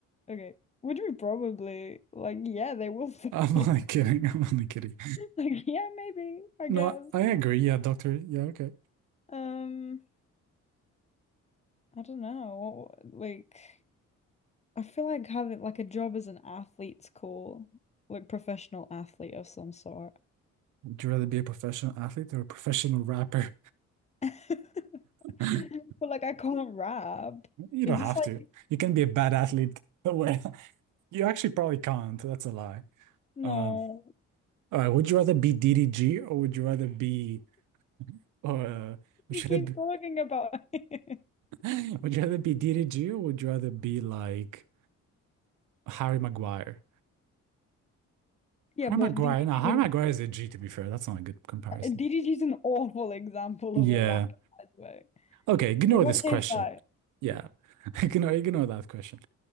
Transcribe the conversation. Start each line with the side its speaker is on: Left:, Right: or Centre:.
Left: Okay. Would we probably like yeah, they will fire
Right: I'm
Left: you.
Right: only
Left: <laughs>
Right: kidding. I'm only kidding.
Left: Like, yeah, maybe, I
Right: No,
Left: guess.
Right: I agree. Yeah, doctor. Yeah, okay.
Left: Um, I don't know. What, like I feel like having like a job as an athlete's cool, like professional athlete of some sort.
Right: Would you rather be a professional athlete or a professional rapper?
Left: <laughs>
Right: <laughs>
Left: But like I can't rap.
Right: You
Left: Is
Right: don't have
Left: this like
Right: to. You can be a bad athlete. <laughs> Well, you actually probably can't. That's a lie.
Left: no?
Right: Um, all right. Would you rather be DDG or would you rather be uh would
Left: We keep
Right: you rather
Left: talking about it. <laughs>
Right: be, <laughs> would you rather be DDG or would you rather be like Harry Maguire?
Left: Yeah,
Right: Harry
Left: but
Right: Maguire.
Left: DDG's
Right: No,
Left: an
Right: Harry Maguire is a G to be fair. That's not a good comparison.
Left: DDG's an awful example
Right: Yeah.
Left: of a rapper, by the way.
Right: Okay, ignore
Left: What about
Right: this
Left: KSI?
Right: question. Yeah. <laughs> Ignore ignore that question.